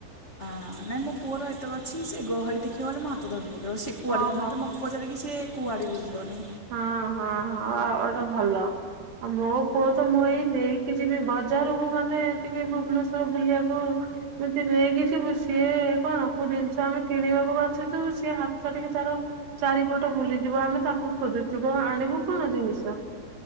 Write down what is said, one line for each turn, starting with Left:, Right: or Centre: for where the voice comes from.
Left: ହଁ ନାଇଁ ମୋ ପୁଅର ଏତେକ ଅଛି ସେ ଗହଳି ଦେଖିବାଲେ ମୋ ହାତ ଧଡ଼ି ପକେଇବ ସେ କୁଆଡେ
Right: ଓହୋ
Left: ଯେ ମୋତେ ନ ପଚାରିକି ସେ କୁଆଡେବି ଯିବନି।
Right: ହଁ ହଁ ହଁ ଆଉ ଗୋଟେ ଭଲ। ଆଉ ମୋ ପୁଅ ତ ମୁଁ ଏଇ ନେଇକି ଯିବି ବଜାରକୁ ମାନେ ଟିକେ ଭୁବନେଶ୍ୱର ବୁଲିବାକୁ ଏମିତି ନେଇକି ଯିବୁ ସିଏ କଣ କୋଉ ଜିନିଷ ଆମେ କିଣିବାକୁ ବାଛୁଥିବୁ ସିଏ ହାତ ଛାଟିକି ତାର ଚାରିପଟ ବୁଲିଯିବ ଆମେ ତାକୁ ଖୋଜୁଥିବ ଆଣିବୁ କଣ ଜିନିଷ।